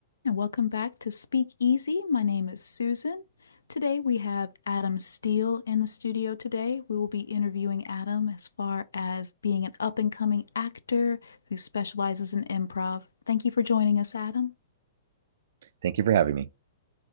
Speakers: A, on the left; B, on the right.
A: And welcome back to Speak Easy. My name is Susan. Today we have Adam Steele in the studio today. We will be interviewing Adam as far as being an up and coming actor who specializes in improv. Thank you for joining us, Adam.
B: Thank you for having me.